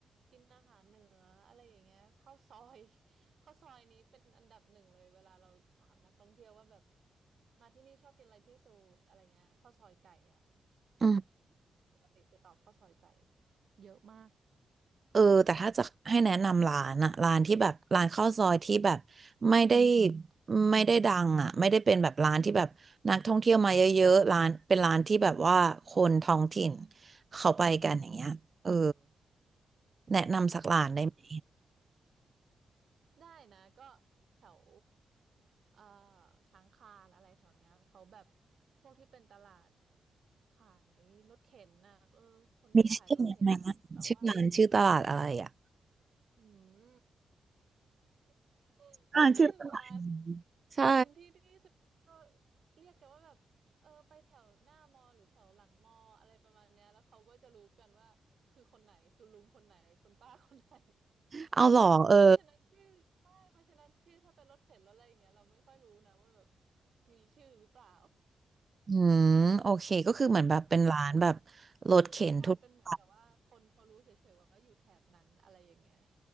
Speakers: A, on the right; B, on the right.
A: กินอาหารเหนืออะไรอย่างเงี้ยข้าวซอย <laughs> ข้าวซอยนี้เป็นอันดับหนึ่งเลยเวลาเราถามนักท่องเที่ยวว่าแบบมาที่นี่ชอบกินอะไรที่สุดอะไรเงี้ยข้าวซอยไก่อ่ะคน
B: อืม
A: ปกติจะตอบข้าวซอยไก่เยอะมาก
B: เออแต่ถ้าจะให้แนะนำร้านอะร้านที่แบบร้านข้าวซอยที่แบบไม่ได้ไม่ได้ดังอะไม่ได้เป็นแบบร้านที่แบบนักท่องเที่ยวมาเยอะๆร้านเป็นร้านที่แบบว่าคนท้องถิ่นเขาไปกันอย่างเงี้ยเออแนะนำสักร้านได้ไหม
A: ได้นะก็แถวเอ่อช้างคานอะไรแถวเนี้ยเขาแบบพวกที่เป็นตลาดขายรถเข็นน่ะเออคนที่ขายรถเข็นน่ะแราว่า
B: มีชื่อร้านไหมนะชื่อร้านชื่อตลาดอะไรอะ
A: อืม <laughs>
B: อ่าชื่อตลาดอืมใช่
A: ชื่อร้านคนที่ที่สุดก็เรียกกันว่าแบบเออไปแถวหน้ามอหรือแถวหลังมออะไรประมาณเนี้ยแล้วเขาก็จะรู้กันว่าคือคนไหนคือลุงคนไหนคุณป้าคนไหน
B: เอาเหรอเออ
A: เพราะฉะนั้นชื่อใช่เพราะฉะนั้นชื่อถ้าเป็นรถเข็นรถอะไรอย่างเงี้ยเราไม่ค่อยรู้นะว่าแบบมีชื่อหรือเปล่า
B: อืมโอเคก็คือเหมือนแบบเป็นร้านแบบ
A: อืม
B: รถเข็นทั่วไป
A: ใช่เป็นเหมือนกับว่าคนเขารู้เฉยๆว่าอยู่แถบนั้นอะไรอย่างเงี้ย